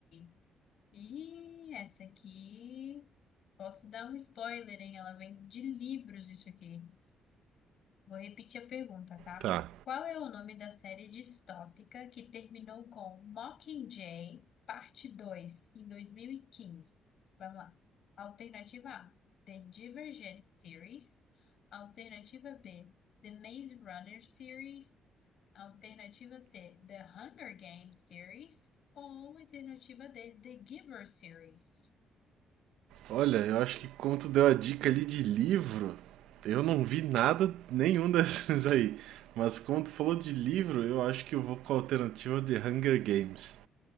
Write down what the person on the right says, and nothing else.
Tá.
Olha, eu acho que como tu deu a dica ali de livro, eu não vi nada nenhum <laughs> desses aí. Mas como tu falou de livro, eu acho que eu vou com a alternativa de Hunger Games.